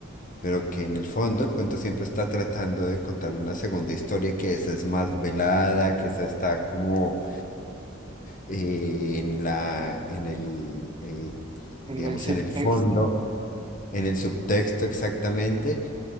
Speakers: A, on the left; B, on the right.
A: pero que en el fondo el cuento siempre está tratando de contar una segunda historia que esa es más velada, que esa está como eh, en la, en el, eh,
B: En
A: digamos,
B: el subtexto.
A: en el fondo, en el subtexto exactamente.